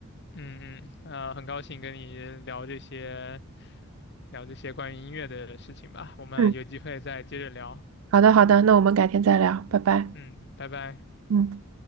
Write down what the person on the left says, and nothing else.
嗯嗯，呃，很高兴跟你聊这些，聊这些关于音乐的事情吧。我们有机会再接着聊。
嗯，拜拜。